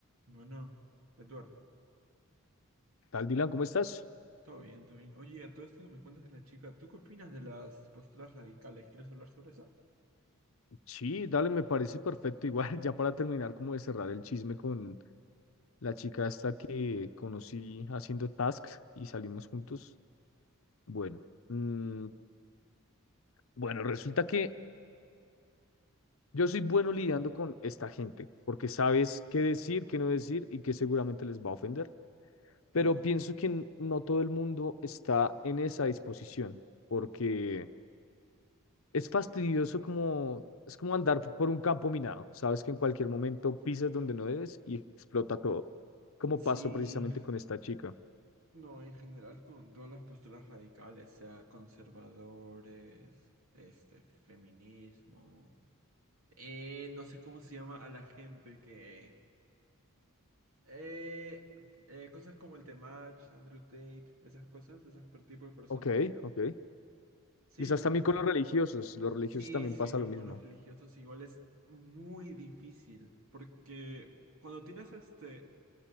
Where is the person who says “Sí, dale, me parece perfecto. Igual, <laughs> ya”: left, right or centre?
Left